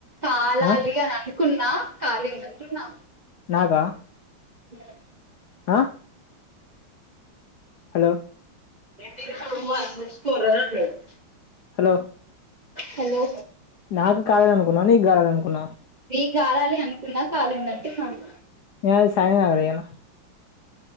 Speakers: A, on the right; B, on the left.
A: కాలాలి
B: ఆ
A: అని అను కున్నా కాలిందంటున్నా
B: బాగా
A: లో
B: ఆ హలో
A: ఏకో
B: హలో
A: హలో
B: నాకు కాలలేదనుకున్నవా నీకు కాలలేదనుకున్నవా
A: నీకు కాలాలి అనుకున్న కాలిందంటే సంత
B: నేనైతే సానియాకి తగిలిన